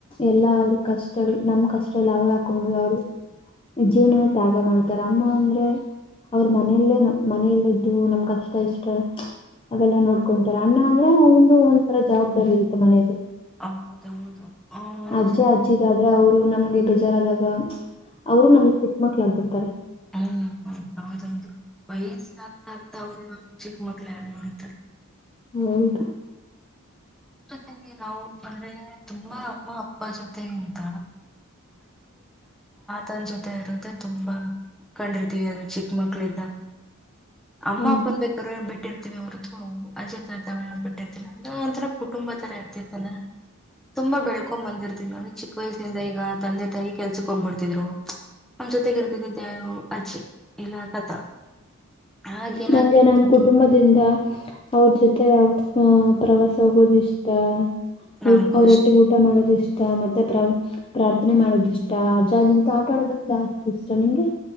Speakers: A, on the left (about 25°); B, in the centre.
A: ಎಲ್ಲಾ ಅವ್ರ ಕಷ್ಟಗಳು ನಮ್ ಕಷ್ಟಗಳಲಿ ಅವ್ರು ಹಾಕೊಂಡು ಅವರು. ಜೀವನ ತ್ಯಾಗ ಮಾಡ್ ಅಮ್ಮ ಅಂದ್ರೆ ಅವ್ರ ಮನೆಯೆಲ್ಲಾ ಮನೆಯಲ್ಲಿ ಇದ್ದು ನಮ್ ಕಷ್ಟ ಇಷ್ಟ ಅವೆಲ್ಲ ನೋಡ್ಕೊತಾರೆ ಅಣ್ಣ ಅಂದ್ರೆ ಅವರು ಒಂದು.. ಒಂದತರ ಜವಾಬ್ದಾರಿ ಇರುತ್ತೆ ಮನೆಯಲ್ಲಿ
B: ಹೌದೌದು ಅವರು
A: ಅಜ್ಜ ಅಜ್ಜಿ ಆದ್ರೆ.... ಅವರು ನಮ್ಗೆ ಬೇಜಾರಾದಾಗ.... ಅವರು ನಮ್ಗ್ ಚಿಕ್ಕ ಮಕ್ಳು ಯಾಕ್ ಬಿಡ್ತಾರೆ
B: ಹ್ಮ ಹೌ ಹೌದೌದು ವಯಸ್ಸು ಆಗ್ತಾ ಆಗ್ತಾ... ತಾವು ಚಿಕ್ಕ ಮಕ್ಳು ಹಾಗೆ ಮಾಡತಾರೆ <unintelligible>
A: ಹೌಂದು
B: ಅಕ್ಕಾ ತಂಗಿ ನಾವು ಅಂದ್ರೆ ತುಂಬಾ ಅಮ್ಮ ಅಪ್ಪ ಜೊತೆಗಿಂತ.... ತನ್ ಜೊತೆ ಇರೊದೆ ತುಂಬಾ. ಕಂಡಿರ್ತೀವಿ ಆ ಚಿಕ್ಕ.... ಮಕ್ಕಳಿಂದ ಅಮ್ಮ
A: ಹ
B: ಅಪ್ಪನ್ ಬೇಕಾದ್ರ ಬಿಟ್ಟು.... ಇರ್ತಿವೆ ಹೊರತು ಆಚೆ..... ಅಜ್ಜಿ ತಾತನ ಬಿಟ್ಟಿರ್ತಿರ್ಲಿಲ್ಲ ಒಂಥರ ಕುಟುಂಬ ತರ ಇರ್ತಿತ್ತಲ್ಲ ತುಂಬಾ ಬೆಳ್ಕೊಂಡ್ ಬಂದಿರ್ತಿದ್ವಿ ಚಿಕ್ಕ ವಯಸ್ಸಿನಿಂದ ಈಗ ತಂದೆ ತಾಯಿ ಕೆಲ್ಸಕ್ ಹೋಗ್ಬಿಡ್ತಿದ್ರು ನಮ್ ಜೊತೆಗ ಇರ್ತಿದಿದ್ದೆ ಅವರು. ಅಜ್ಜಿ ಇಲ್ಲ ತಾತ ಹಾಗ ಏನಾಗ್ತಿತ್ತು
A: ನಂಗೆ ನಮ ಕುಟುಂಬದಿಂದ ಅವ್ರ ಜೊತೆ ಹಹ ಪ್ರವಾಸ ಹೋಗೋದ ಇಷ್ಟ
B: ನಂಗು
A: ಊ ಅವರೊಟ್ಟಿಗೆ
B: ಇಷ್ಟ
A: ಊಟ ಮಾಡೋದ ಇಷ್ಟ ಮತ್ತೆ ಪ್ರ ಪ್ರಾರ್ಥನೆ ಮಾಡೋದಿಷ್ಟು ಅಜ್ ಇಂತ ಆಟ ಆಡೋದ ಜಾಸ್ತಿ ಇಷ್ಟ ನಿಂಗೆ